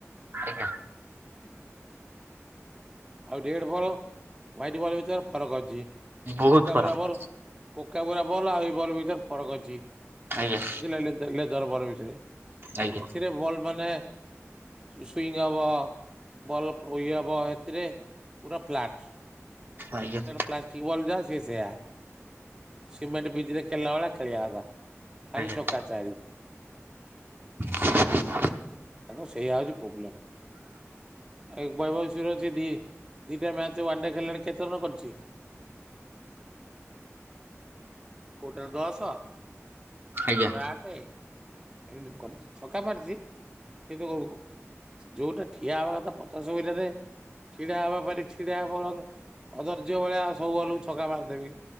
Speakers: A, on the right; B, on the right.
A: ଆଜ୍ଞା
B: ଆଉ ରେଡ ବଲ୍ ୱାହିଟ ବଲ୍ ଭିତରେ ଫରକ ଅଛି।
A: ବହୁତ
B: କୋକାବୁରା
A: ଫରକ
B: ବଲ କୋକାବୁରା ବଲ୍ ଆଉ ଏଇ ବଲ୍ ଭିତରେ ଫରକ ଅଛି।
A: ଆଜ୍ଞା।
B: ବୁ ଜରଫର ବିଷୟରେ
A: ଆଜ୍ଞା
B: ଏଥିରେ ବଲ ମାନେ ସୁଇଂ ହବ ବଲ ଇଏହବ ଏଥିରେ ପୁରା ପ୍ଲାଟ
A: ଆଜ୍ଞା।
B: ତେଣୁ ପ୍ଲାଷ୍ଟିକ ବଲ ଯାହା ସିଏ ସେଇଆ ସିମେଣ୍ଟ ବିଜ ରେ ଖେଳିଲା ଭଳିଆ ଖେଳଆକଥା। ଖାଲି
A: ଆଜ୍ଞା
B: ଛକା ଚାରି।
A: <inaudible>
B: ତେଣୁ ସେଇଆା ହେଉଛି ପ୍ରୋବ୍ଲେମ ୟୁବା ବୟସର ଯେ ଦି ଦିଟା ମ୍ୟାଚ୍ ର ୱାନଡେ ଖେଲିଲାଣି କେତେ ରନ କରିଛୁ? କୋଉଟାରେ ଦଶ କୋଉଟାରେ
A: ଆଜ୍ଞା
B: ଆଠେ ଏମିତି କରିଛି ଛକା ମାରିଛି କିନ୍ତୁ ଯୋଉଟା ଠିଆ ହବା କଥା ପଚାଶ ଓଭରରେ ଛିଡା ହବା ପାରି ଛିଡାହବ ବରଂ ଅଧର୍ଯ୍ୟ ଭଳିଆ ସବୁ ବଲକୁ ଛକା ମାରିଦେବି